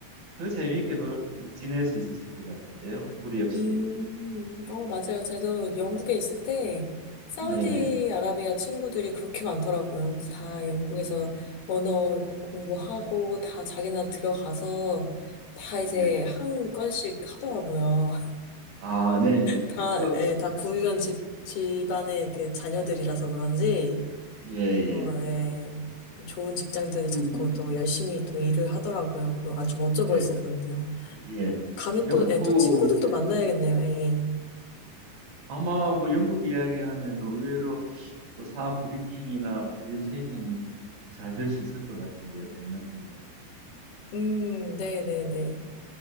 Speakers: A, on the right; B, on the left.
A: 더 재미있게 놀- 지낼 수 있으실 것 같은데요. 무리 없이.
B: 음, 어, 맞아요. 저도 영국에 있을 때, 사우디아라비아
A: 네.
B: 친구들이 그렇게 많더라고요. 그래서 다 영국에서
A: 음,
B: 언어 공부하고, 다 자기네 들어가서, 다 이제
A: 예.
B: 한 건씩 하더라고요.
A: 아, 네네.
B: 다,
A: 그래서,
B: 예, 다 부유한 집, 집안의 그 자녀들이라서 그런지,
A: 예, 예.
B: 어, 예, 좋은 직장들을
A: 음,
B: 잡고 또 열심히 또 일을 하더라고요. 그 아주 멋져
A: 예,
B: 보였었거든요.
A: 예.
B: 감면
A: 영국에,
B: 또, 예, 또 친구들도 만나야겠네요. 예, 예.
A: 아마 뭐 영국 이야기하면 의외로 또 사업 브리핑이나 프레젠테이션이 잘 될 수 있을 것 같은데요, 제 느낌은.
B: 음, 네네네.